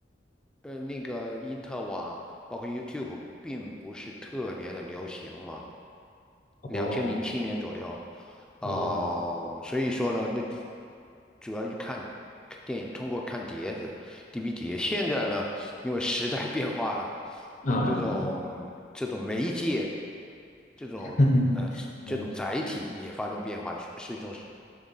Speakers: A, in the centre; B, on the left (about 45°).
A: 呃，那个因特网包括 YouTube 并不是特别的流行嘛。
B: 哦
A: 两千零七年左右，哦、
B: 哦，
A: 所以说呢，那主要去看电影，通过看碟子、DVD 现在呢，因为时代变化了，那么这种这种媒介，
B: 啊啊啊，啊
A: 这种呃这种载体也发生变化，
B: <laughs> 嗯
A: 是是一种是